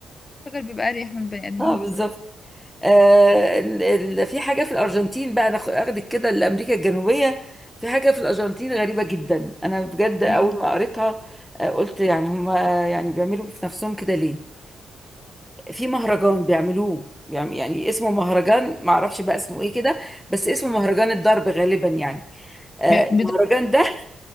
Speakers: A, on the left; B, in the centre.
A: الشجر بيبقى أريح من البني
B: <laughs>
A: آدمين
B: اه بالظبط آه، ال- ال- في حاجة في الأرجنتين بقى أنا خ- أخدك كده لأمريكا الجنوبية في حاجة في الأرجنتين غريبة جدا أنا بجد أول
A: ايه
B: ما قريتها آه، قلت يعني هما يعني بيعملوا في نفسهم كده ليه في مهرجان بيعملوه بيعم- يعني اسمه مهرجان معرفش بقى اسمه ايه كده بس اسمه مهرجان الضرب غالبا يعني آه،
A: بيدبر
B: المهرجان ده